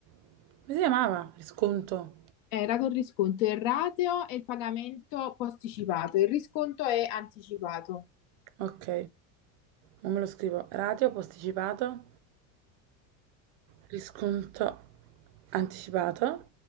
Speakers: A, on the right; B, on the left.
A: Come si chiamava? Risconto.
B: Eh, rato il risconto, il ratio è il pagamento posticipato, il risconto è anticipato.
A: Ok, non me lo scrivo. Ratio posticipato, risconto anticipato.